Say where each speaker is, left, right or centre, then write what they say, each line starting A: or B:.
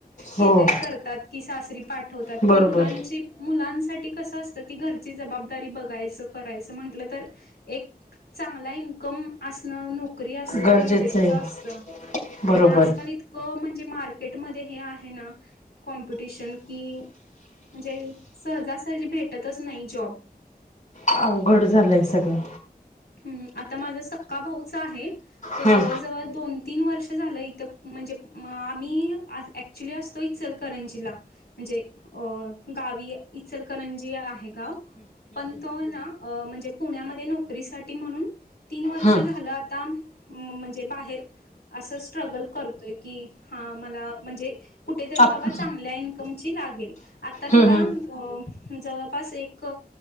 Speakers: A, on the left (about 50°); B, on the left (about 80°).
A: हो
B: हे तरी करतात की सासरी पाठवतात
A: बरोबर
B: पण मुलांची मुलांसाठी कसं असतं की घरची जबाबदारी बघायचं करायचं म्हंटलं तर एक चांगला इन्कम असणं, नोकरी असणं
A: गरजेचं
B: गरजेचंच
A: आहे
B: असतं.
A: बरोबर
B: आणि आजकाल इतकं म्हणजे मार्क केट म हे आहे ना कॉम्पिटिशन, कि म्हणजे सहजासहजी भेटतच नाही जॉब.
A: अवघड झालंय सगळं.
B: हूं आता माझा सक्का भाऊच आहे तो
A: हम्म
B: जवळ, जवळ दोन तीन वर्ष झालं इथ म्हणजे आम्हीं ऍक्च्युली असतो इ चल करंजीला म्हणजे गांवी इचलकरंजी आहे गावं पणं तो ना म्हणजे पुण्यांमध्ये नोकरीसाठी म्हणूंन तीनं वर्ष
A: हम्म
B: झालं आतां म्हणजे बाहेर असं स्ट्रगल करतोय की हां मलां म्हणजे कुठेतरी
A: आप
B: बाबां चांगल्यां इन्कमची लागेल आतां
A: हम्म
B: त्यांला
A: हम्म
B: अ जवळं पास एक